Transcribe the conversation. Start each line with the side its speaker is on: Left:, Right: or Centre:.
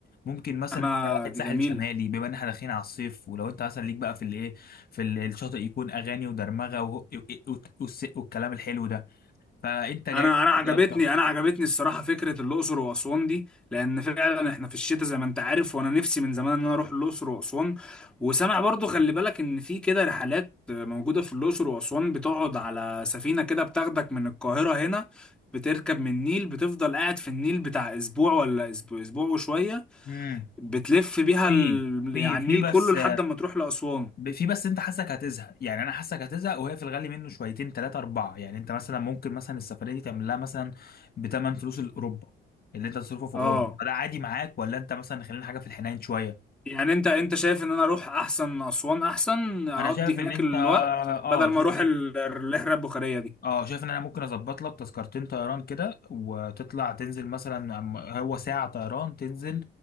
Left: ممكن مثلا
Centre: انا
Left: انت واحد
Centre: دي
Left: ساحل
Centre: جميله
Left: شمالي بما ان احنا داخلين على الصيف ولو انت مثلا ليك بقى في الايه في ال- الشاطئ يكون اغاني ودرمغه وهو- وت- والس- والكلام الحلو ده فانت
Centre: انا
Left: جاي
Centre: انا عجبتني
Left: دي اكتر
Centre: انا عجبتني الصراحه فكره الاقصر واسوان دي لان فعلا احنا في الشتاء زي ما انت عارف وانا نفسي من زمان ان انا اروح الاقصر واسوان وسامع برضو خلي بالك ان في كده رحلات موجوده في الاقصر واسوان بتقعد على سفينه كده بتاخدك من القاهره هنا بتركب من النيل بتفضل قاعد في النيل بتاع اسبوع ولا اسبوع اسبوع وشويه
Left: امم
Centre: بتلف بيها
Left: في
Centre: ال...
Left: في
Centre: يعني
Left: في
Centre: النيل
Left: بس
Centre: كله لحد ما تروح لاسوان
Left: ب- في بس انت حاسك هتزهق يعني انا حاسك هتزهق وهي في الغالي منه شويتين ثلاثه اربعه يعني انت مثلا ممكن مثلا السفريه دي تعمل لها مثلا بثمن فلوس الاوروبا اللي انت تصرفه في اوروبا
Centre: اه
Left: فده عادي معاك ولا انت مثلا خلينا حاجه في الحنين شويه
Centre: يعني انت انت شايف ان انا اروح احسن اسوان احسن اقضي
Left: انا شايف
Centre: هناك
Left: ان انت
Centre: الوقت
Left: اه
Centre: بدل ما
Left: شايف
Centre: اروح
Left: ان
Centre: ال- الرحله البخاريه دي
Left: اه شايف ان انا ممكن اظبط لك تذكرتين طيران كده وتطلع تنزل مثلا عم- هو ساعة طيران تنزل